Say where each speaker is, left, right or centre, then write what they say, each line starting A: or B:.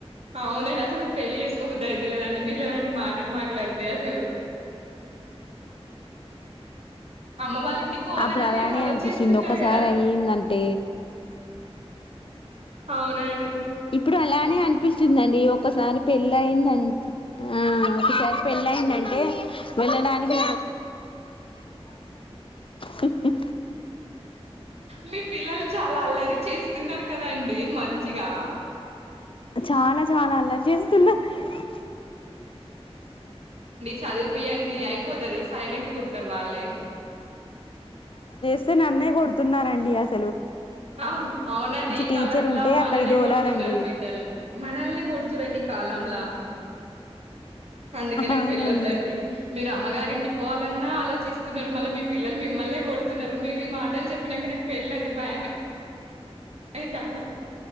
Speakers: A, on the right; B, on the left.
A: అవునండి అసలు నాకు పెళ్లి చేసుకోబుద్ధి అయితేలేదండి మీరు ఇలాంటి మాటలు మాట్లాడితే అసలు అమ్మ వాళ్ళ ఇంటికి పోవాలంటే
B: అప్పుడు అలానే
A: మీరు ఆలోచిస్తున్నారు
B: అనిపిస్తుంది ఒకసారి అయ్యిందంటే
A: అవునాండి
B: ఇప్పుడు అలానే అనిపిస్తుందండి ఒకసారి పెళ్లి అయిందం ఆ ఒకసారి పెళ్ళయిందింటే వెళ్ళడానికి హుహు
A: మీ పిల్లలు చాలా అల్లరి చేస్తున్నారు కదాండి మంచిగా
B: చాలా చాలా అల్లరి చేస్తున్న హ్
A: చదివిపియండి అయిపోతది సైలెంట్ గాఉం టర్ వాళ్లే
B: సే నన్నే కొడుతున్నారండి అస
A: అవును అవునండి ఈ
B: టీచర్
A: కాలంలొ
B: ఉంటే
A: మనల్నే
B: అక్కడ దోలాలండి
A: కొడుతున్నారు బిడ్డల్ని మనల్నే కొడుతురండి ఈ కాలంలా అందుకే నాకు
B: అవునండి
A: పెళ్ళొద్దండి మీరు అమ్మగారింటి పోవాలన్నా ఆలోచిస్తున్నారు మళ్ళీ మీ పిల్లలు మిమిల్నే కొడుతున్నారు మీరు ఈ మాటలు చెప్పినాక నాకు పెళ్ళ అంటే భయం అయితాంది